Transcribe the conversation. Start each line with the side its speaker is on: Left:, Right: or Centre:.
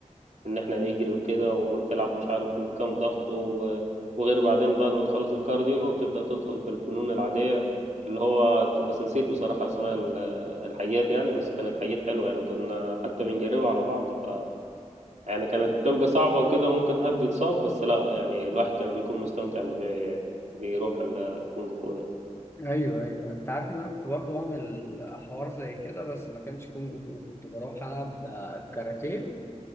Right: ان احنا نجري وكده وتلعب مش عارف من كام ضغط و- وغير بعدين بعد ما تخلص الكارديو بتبدأ تدخل في الفنون العادية اللي هو ك- بس نسيت بصراحة اسماء ال- الحاجات يعني بس كانت حاجات حلوة يعني كنا حتى بنجربها على بعض ف يعني كانت تبقى صعبة وكده وممكن حد يتصاب بس لا يعني الواحد كان بيكون مستمتع انه بي... بيروح ال- الكونغ فو ده
Left: ايوه ايوه انت عارف ان انا كنت برضه بعمل حوار زي كده بس ما كانش كونج فو كنت بروح العب آه، كاراتيه